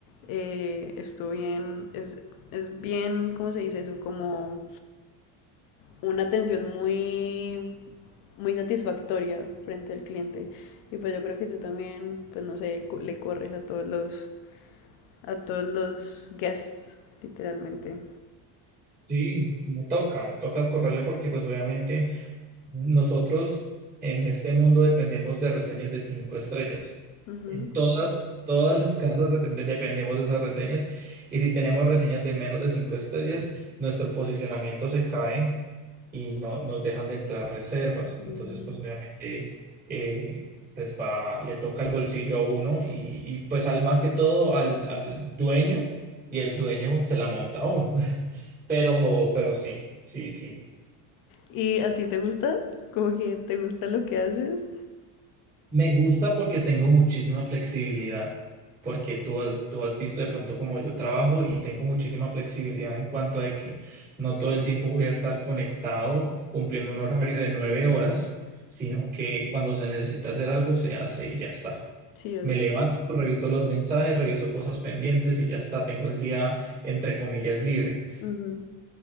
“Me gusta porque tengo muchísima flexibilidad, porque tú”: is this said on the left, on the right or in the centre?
Right